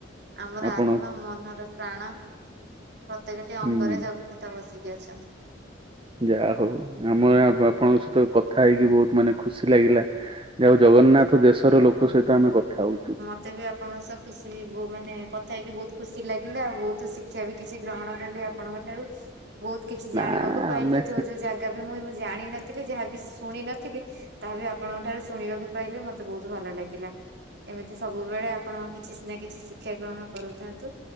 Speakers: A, on the right; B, on the right.
A: ଆମର
B: ଆପଣ
A: ଆତ୍ମା ମନର ପ୍ରାଣ। ପ୍ରତ୍ୟେକଟି ଅଙ୍ଗରେ
B: ହୁଁ
A: ଜଗନ୍ନାଥ ବସିକି ଅଛନ୍ତି।
B: ଯାହା ହଉ ଆମ ଆପ ଆପଣଙ୍କ ସହିତ କଥା ହେଇକି ବହୁତ ମାନେ ଖୁସି ଲାଗିଲା ଜାଉ ଜଗନ୍ନାଥ ଦେଶର ଲୋକ ସହିତ ଆମେ କଥା ହଉଚୁ।
A: ମତେ ବି ଆପଣଙ୍କ ସହ ଖୁସି ବୁ ମାନେ କଥା ହେଇକି ବହୁତ ଖୁସି ଲାଗିଲେ ଆଉ ବହୁତ ଶିକ୍ଷା ବି କିଛି ଗ୍ରହଣ କଲି ଆପଣଙ୍କ ଠାରୁ ବହୁତ କିଛି
B: ନା
A: ଜାଣିବାକୁ ପାଇଲି
B: ଆମେ
A: ଯୋଉ ଯୋଉ ଜାଗ କବି ମୁଁ ଜାଣିନଥିଲି ଯାହାବ ଶୁଣିିନଥିଲି ତାହା ବି ଆପଣଙ୍କ ଠାରୁ ଶୁଣିବାକୁ ପାଇଲି ମତେ ବହୁତ ଭଲ ଲାଗିଲା ଏମିତି ସବୁବେଳେ ଆପଣ କି ଚିସ୍ ନା କିଛି ଶିକ୍ଷା ଗ୍ରହଣ କରୁଥାନ୍ତୁ